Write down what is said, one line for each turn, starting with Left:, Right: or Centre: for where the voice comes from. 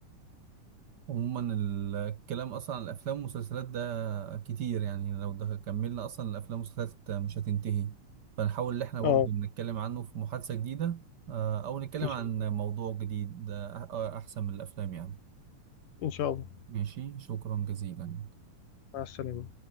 Right: عموما الكلام اصلا عن الافلام والمسلسلات ده كتير يعني لو ده كملنا اصلا الافلام والمسلسلات مش هتنتهي فنحاول ان احنا برضو
Left: اه
Right: نتكلم عنه في محادثه جديده آه، او نتكلم
Left: ان شاء
Right: عن
Left: الله
Right: موضوع جديد آه، احسن من الافلام يعني
Left: ان شاء الله
Right: ماشي شكرا جزيلا
Left: مع السلامه